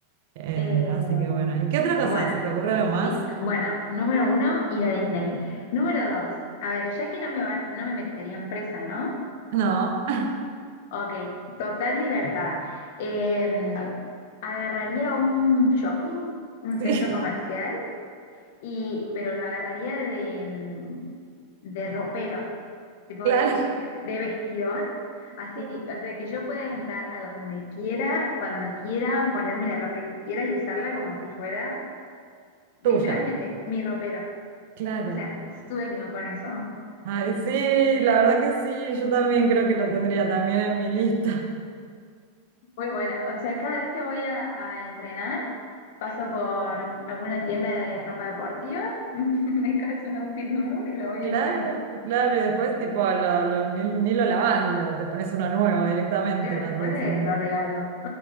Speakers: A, on the right; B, on the left.
A: Eh,
B: Eh,
A: así que bueno, ¿y qué otra cosa?
B: bueno,
A: ¿Se te ocurre algo más?
B: listo. Bueno, número uno, ir a Disney. Número dos, a ver, ya que no me van, no me meterían presa, ¿no?
A: No,
B: Ok, total libertad. Eh, agarraría un shopping, un
A: <laughs>
B: centro
A: sí,
B: comercial, y, pero lo agarraría de, mm, de ropero, tipo
A: claro,
B: de, de vestidor. Así,
A: Claro.
B: o sea, que yo pueda entrar a donde quiera, cuando quiera, ponerme la ropa que quiera y usarla como si fuera Literalmente,
A: tuya,
B: mi ropero.
A: claro.
B: O sea, sueño con eso.
A: Ay, sí, la verdad que sí, yo también creo que lo tendría también en mi lista. <laughs>
B: Muy buena. O sea, cada vez que voy a, a entrenar, paso por alguna tienda de ropa deportiva, <laughs> me calzo un outfit nuevo y lo voy
A: Claro,
B: a entrenar.
A: claro, y después tipo, lo, lo- ni, ni lo lavás, lo- te pones uno nuevo directamente
B: Y después
A: la próxima.
B: lo regalo.